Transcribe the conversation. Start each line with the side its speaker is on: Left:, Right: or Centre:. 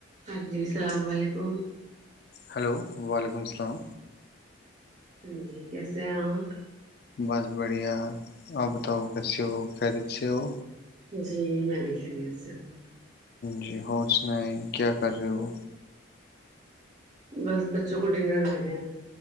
Right: ہ جی السلام علیکم
Left: ہلو وعلیکم السلام
Right: ہاں جی کیسے ہیں آپ
Left: بس بڑھیا آپ بتاؤ کس سے ہو کیا جت سے ہو
Right: جی میں بھی خیریت سے ہوں
Left: جی ہو سنیں کیا کر رہے ہو؟
Right: بس بچوں کو ڈنر دےنے ہیں